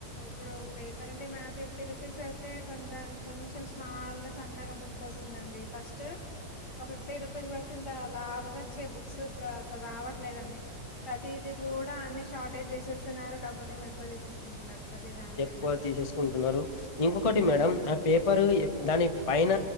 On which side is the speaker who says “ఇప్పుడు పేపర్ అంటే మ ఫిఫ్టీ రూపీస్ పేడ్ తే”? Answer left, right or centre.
Left